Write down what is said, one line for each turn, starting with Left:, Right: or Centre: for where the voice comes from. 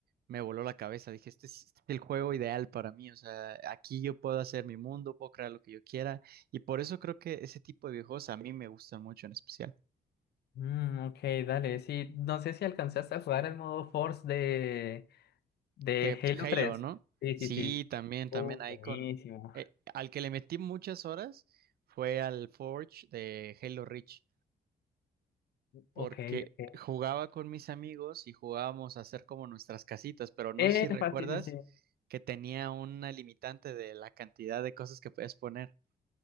Right: me voló la cabeza, dije, este es, este es el juego ideal para mí, o sea, aquí yo puedo hacer mi mundo, puedo crear lo que yo quiera y por eso creo que ese tipo de videojuegos a mí me gustan mucho en especial.
Left: Mm, ok, dale. Sí, no sé si alcanzaste a jugar el modo Force de, de
Right: De
Left: Halo
Right: Halo,
Left: tres.
Right: ¿no?
Left: Sí,
Right: Sí,
Left: sí, sí.
Right: también,
Left: Oh,
Right: también ahí
Left: buenísimo.
Right: con... eh, al que le metí muchas horas fue al Forge de Halo Reach, porque
Left: Ok, ok.
Right: jugaba con mis amigos y jugábamos a hacer como nuestras casitas, pero no
Left: Eh,
Right: sé si recuerdas
Left: fácil, sí, sí. sí.
Right: que tenía una limitante de la cantidad de cosas que puedes poner.